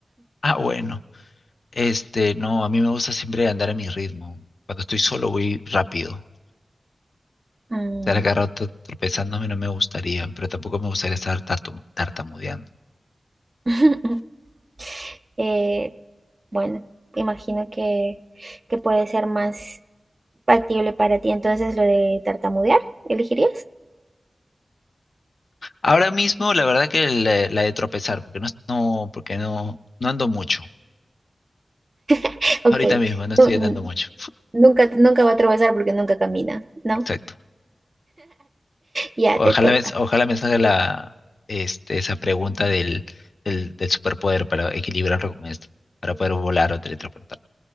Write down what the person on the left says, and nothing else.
ah, bueno. Este, no, a mí me gusta siempre andar a mi ritmo. Cuando estoy solo voy rápido.
Estar cada rato tropezándome no me gustaría, pero tampoco me gustaría estar tartum- tartamudeando.
Ahora mismo, la verdad que la, la de tropezar, porque no, es- no, porque no, no ando mucho.
Ahorita
mismo, no estoy
andando
mucho.
Exacto.
Ojalá
me, ojalá me salga la, este, esa pregunta del, del, del superpoder para equilibrarlo con esto, para poder volar o teletransportar.